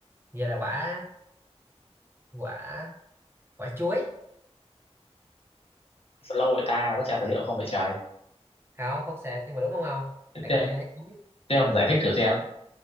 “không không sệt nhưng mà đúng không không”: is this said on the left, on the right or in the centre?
Right